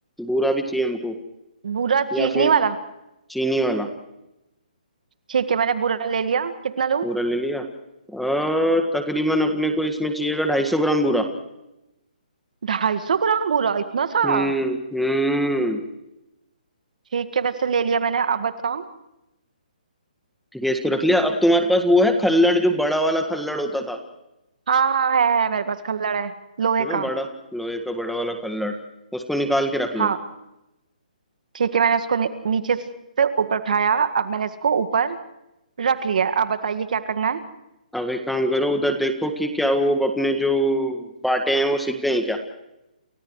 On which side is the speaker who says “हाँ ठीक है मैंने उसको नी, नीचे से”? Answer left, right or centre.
Right